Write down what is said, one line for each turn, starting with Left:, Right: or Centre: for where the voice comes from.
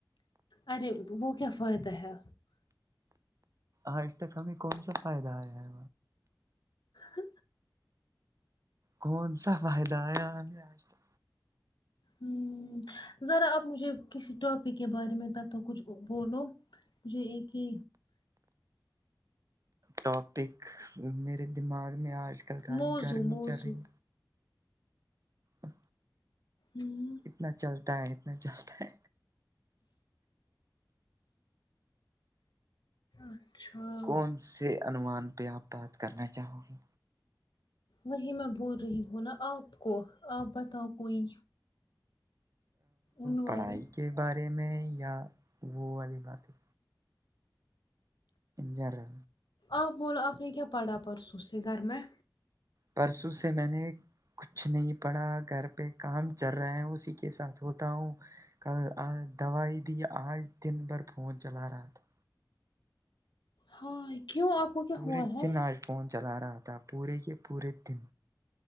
Left: ارے وہ کیا فائدہ ہے
Right: آ ج تک ہمیں کون سا فائدہ آیا ہے
Left: ہ
Right: کون سا فائدہ آیا ہمیں آج تک
Left: ہ ذرا آپ مجھے کسی ٹاپک کے بارے میں تب تک کچھ بولو جی ایک کہ
Right: ٹاپک میرے دماغ میں آج کل خالی
Left: موزوں
Right: گرمی
Left: موزوں
Right: چل رہی ہ
Left: ہوں
Right: اتنا چلتا ہے اتنا چلتا ہے
Left: اچھا
Right: کون سے انوومان پہ آپ بات کرنا چاہو گے
Left: وہی میں بول رہی ہوں نا آپ کو آپ بتاؤ کوئی عنوان
Right: پڑھائی کے بارے میں یا وہ والی بات ہے گیارہ
Left: آپ بولو آپ نے کیا پڑھا پرسوں سے گھر میں
Right: پرسوں سے میں نے کچھ نہیں پڑا گھر پہ کام چل رہا ہے اسی کے ساتھ ہوتا ہوں کل دوائی دی آج دن بھر فون چلا رہا تھا
Left: ہائے کیوں آپ کو کیا
Right: پورے
Left: ہوا ہے
Right: دن آج فون چلا رہا تھا پورے کے پورے دن